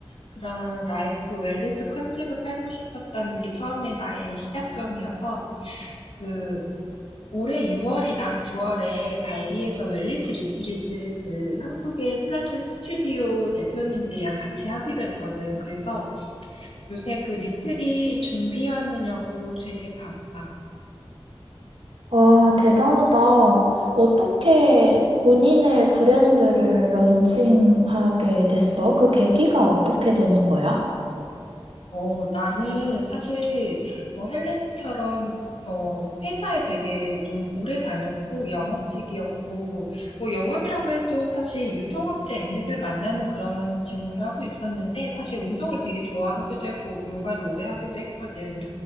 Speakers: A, on the left; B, on the right.
A: 그런 라이프 웰니스 컨셉을 팔고 싶었다는 게 처음에 나의 시작점이어서, 그 올해 6월이랑 9월에 발리에서 웰니스 리트릿을 그 한국의 필라테스 스튜디오 대표님들이랑 같이 하기로 했거든. 그래서 요새 그 리트릿 준비하느냐고 되게 바빠.
B: 와, 대단하다. 어떻게 본인의 브랜드를 런칭하게 됐어? 그 계기가 어떻게 되는 거야?
A: 어, 나는 사실, 어, 헬렌처럼, 어, 회사에 되게 좀 오래 다녔고, 영업직이었고, 뭐, 영업이라고 해도 사실 유통업체 MD들 만나는 그런 직무를 하고 있었는데, 사실 운동을 되게 좋아하기도 했고, 요가를 오래 하기도 했거든.